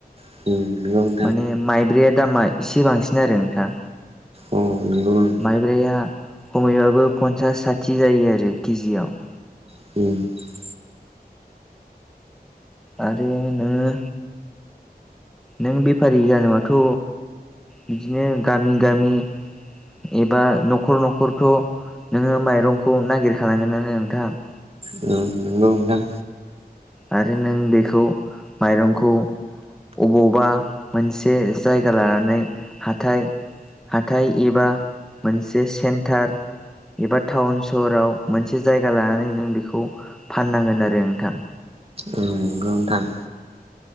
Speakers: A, on the right; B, in the centre.
A: <inaudible>
B: माने माइब्रैया दामा एसे बांसिन आरो नोंथां।
A: अ नोंगौ
B: माइब्राया खमैबाबो पन्सास साथि जायो आरो केजियाव
A: <inaudible>
B: आरो नोङो नों बेफारि जानोबाथ' बिदिनो गामि गामि एबा न'खर न'खरथ' नोङो माइरंखौ नागिरखानांगोन आनो नोंथां।
A: औ नंगौ नोंथां
B: आरो नों बेखौ माइरंखौ अबावबा मोनसे जायगा लानानै हाथाय हाथथाय एबा मोनसे सेन्टार एबा टाउन सहराव मोनसे जायगा लानानै नों बेखौ फाननांगोन आरो नोंथां।
A: औ गोनांथार